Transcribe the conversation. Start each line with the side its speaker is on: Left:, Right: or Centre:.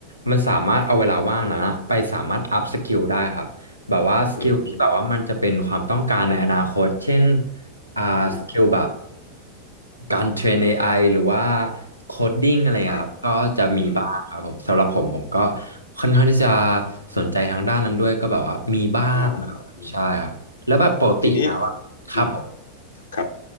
Right: มันสามารถเอาเวลาว่างนั้นอะไปสามารถอัพสกิลได้ครับ แบบว่าสกิลที่แบบว่ามันจะเป็นความต้องการในอนาคต
Left: อืม
Right: เช่นอ่าสกิลแบบ
Left: อืม
Right: การเทรน AI หรือว่าโคดดิ้งอะไรอะครับก็จะมีบ้างครับผมสำหรับผมผมก็
Left: ครับอืม
Right: ค่อนข้างที่จะสนใจทางด้านนั้นด้วยก็แบบว่ามีบ้างครับใช่ครับแล้วแบบปกติแล้วอะครับผม
Left: อ๋ออืมทีนี้อืมครับ